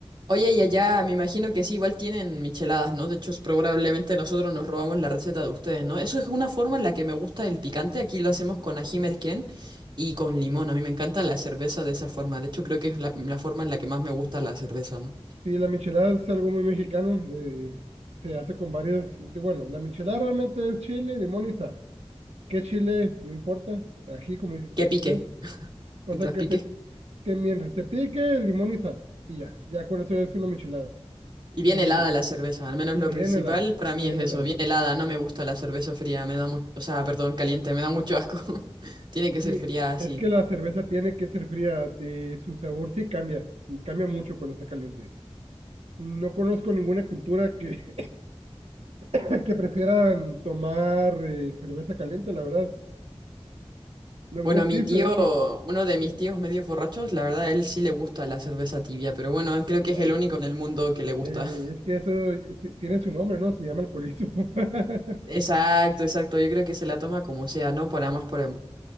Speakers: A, on the right; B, on the right.
A: Oye, y
B: Eh,
A: allá me imagino que sí, igual tienen micheladas, ¿no? De hecho, es probablemente nosotros nos robamos la receta de ustedes, ¿no? Eso es una forma en la que me gusta el picante. Aquí lo hacemos con ají merquén y con limón. A mí me encanta la cerveza de esa forma. De hecho, creo que es la, la forma en la que más me gusta la cerveza, ¿no?
B: sí, la michelada es algo muy mexicano, de- se hace con varias, de- bueno, la michelada realmente es chile, limón y sal. ¿Qué chile? No importa, aquí como dice
A: Que
B: usted
A: pique,
B: O
A: mientras
B: sea, que
A: pique.
B: te, que mientras te pique, limón y sal. Y ya, ya con eso es una michelada.
A: Y
B: Y,
A: bien helada la cerveza, al menos
B: y
A: lo
B: bien
A: principal
B: helada,
A: para
B: bien
A: mí es eso,
B: helada.
A: bien helada. No me gusta la cerveza fría, me da mucho, o sea, perdón, caliente, me da mucho asco. <laughs> Tiene que
B: Y
A: ser fría así.
B: es que la cerveza tiene que ser fría, te- su sabor sí cambia, y cambia mucho cuando está caliente. No conozco ninguna cultura que, <coughs> <clears throat> que prefieran tomar eh, cerveza caliente, la verdad. No,
A: Bueno,
B: no existe,
A: a mi tío,
B: de hecho.
A: uno de mis tíos medio borrachos, la verdad, a él sí le gusta la cerveza tibia, pero bueno, creo que
B: Es,
A: es el único en el mundo que le gusta.
B: eh, es que eso eh, ti- tiene su nombre, ¿no? Se llama alcoholismo. <laughs>
A: <laughs> Exacto, exacto. Yo creo que se la toma como sea, ¿no? Para más por el...